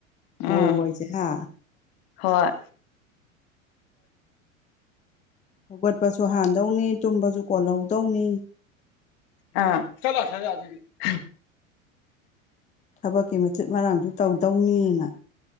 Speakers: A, on the left (about 20°); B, on the left (about 50°).
A: ꯃꯧ
B: ꯎꯝ
A: ꯍꯥꯏꯁꯦ ꯍꯥ
B: ꯍꯣꯏ
A: ꯍꯧꯒꯠꯄꯁꯨ ꯍꯥꯟꯗꯧꯅꯤ ꯇꯨꯝꯕꯁꯨ ꯀꯣꯜꯍꯧꯗꯧꯅꯤ
B: ꯑꯥ ꯆꯠꯂꯣ ꯍ ꯑꯗꯨꯗꯤ <unintelligible>
A: ꯊꯕꯛꯀꯤ ꯃꯆꯦꯠ ꯃꯔꯥꯡꯁꯨ ꯇꯧꯗꯧꯅꯤꯅ